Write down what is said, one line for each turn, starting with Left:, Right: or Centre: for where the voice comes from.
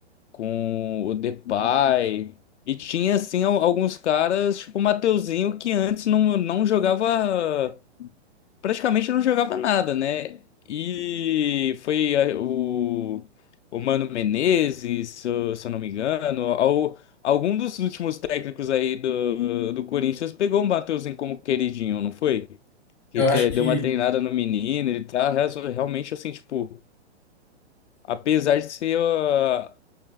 Left: com o Depay. E tinha, assim, al- alguns caras, tipo o Mateuzinho, que antes não, não jogava praticamente não jogava nada, né? E foi eh, o, o Mano Menezes, se eu se eu não me engano, ao, algum dos últimos técnicos aí do, do Corinthians pegou o Matheusinho como queridinho, não foi? Que
Centre: Eu
Left: te-
Centre: acho que
Left: deu uma treinada no menino, ele tá real- realmente assim, tipo, apesar de ser. ah,